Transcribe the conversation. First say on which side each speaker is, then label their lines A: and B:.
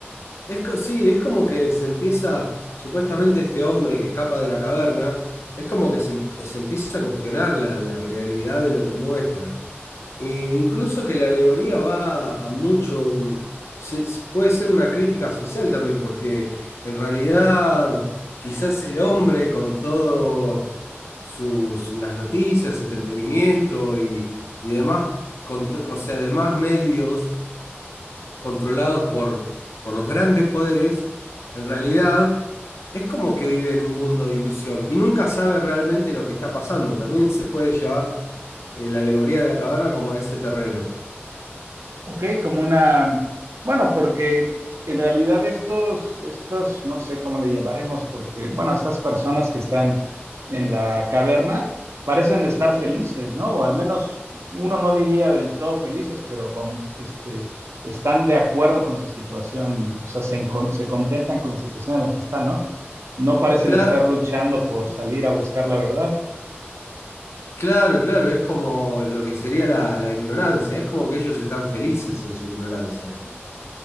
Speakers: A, on the left; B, on the right.
A: es, co- sí, es como que se empieza, supuestamente este hombre que escapa de la caverna, es como que se, em- se empieza a cuestionar la, la realidad de lo que muestran. E incluso que la alegoría va a, a mucho, mm, se- se- puede ser una crítica social también, porque en realidad quizás el hombre con todo sus, las noticias, entretenimiento y, y demás, con- o sea, demás medios controlados por, por los grandes poderes, en realidad es como que vive en un mundo de ilusión y nunca sabe realmente lo que está pasando. También se puede llevar eh, la alegoría de la caverna como a ese terreno.
B: Ok, como una, bueno, porque en realidad estos, estos, no sé cómo le llamaremos, porque, bueno, estas personas que están en la caverna parecen estar felices, ¿no? O al menos uno no diría del todo felices, pero con, este, están de acuerdo con su situación, o sea, se, encon- se contentan con la situación en la que están, ¿no? No parecen
A: Claro,
B: estar luchando por salir a buscar la verdad.
A: claro, claro, es como lo que sería la, la ignorancia, es como que ellos están felices en su ignorancia.